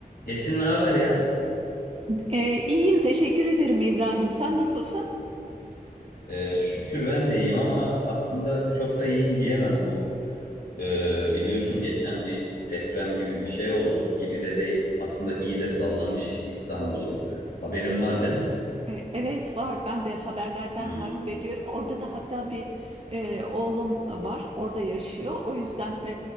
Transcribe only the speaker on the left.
Esin ne haber ya?
Ee, şükür ben de iyiyim ama aslında çok da iyiyim diyemem bu. Ee, biliyorsun geçen bir deprem gibi bir şey oldu. Gibi de değil. Aslında iyi de sallamış İstanbul'u. Haberin var değil mi?
Hmm,